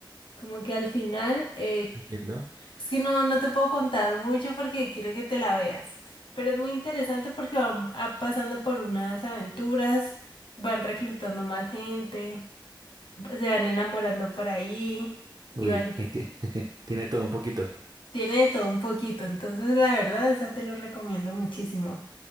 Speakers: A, on the left (about 85°); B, on the right (about 50°).
A: como que al final, eh,
B: Entiendo.
A: es que no, no te puedo contar mucho porque quiero que te la veas, pero es muy interesante porque van a- pasando por unas aventuras, van reclutando más gente, se van enamorando por ahí.
B: Uy,
A: y van
B: <laughs> tie- <laughs> tiene todo un poquito.
A: Tiene de todo un poquito, entonces la verdad esa te lo recomiendo muchísimo.